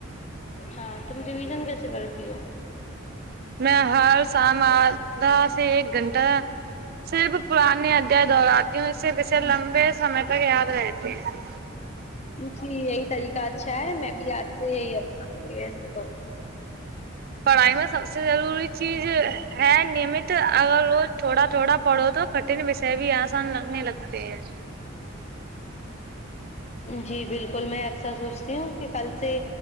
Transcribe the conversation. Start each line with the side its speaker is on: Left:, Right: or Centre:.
Left: ہاں تم رویژن کیسے کرتی ہو
Right: میں ہر شام آدھا سے ایک گھنٹہ صرف پرانانی ادھیائے دہراتی ہوں اس سے پیچھے لمبے سمے تک یاد رہتے ہیں
Left: جی یہی طریقہ اچھا ہے میں بھی آج سے یہی اپناؤں گی ویسے تو
Right: پڑھائی میں سب سے ضروری چیز ہے نیمت اگر روز تھوڑا تھوڑا پڑھو تو کھٹے نی ویسے بھی آسان لگنے لگتے ہیں
Left: جی بالکل میں اکثر سوچتی ہوں کہ کل سے